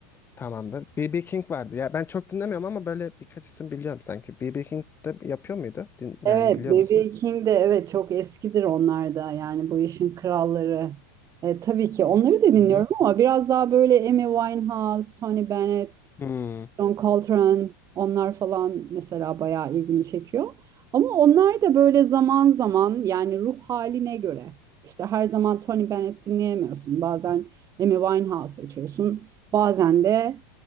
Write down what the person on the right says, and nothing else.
Evet,
BB
King de evet çok eskidir onlar da yani bu işin kralları. E, tabii ki onları da dinliyorum
ama biraz daha böyle Amy Winehouse, Tony Bennett
John Coltrane onlar falan mesela bayağı ilgimi çekiyor. Ama onlar da böyle zaman zaman yani ruh haline göre. İşte her zaman Tony Bennett dinleyemiyorsun. Bazen Amy Winehouse açıyorsun. Bazen de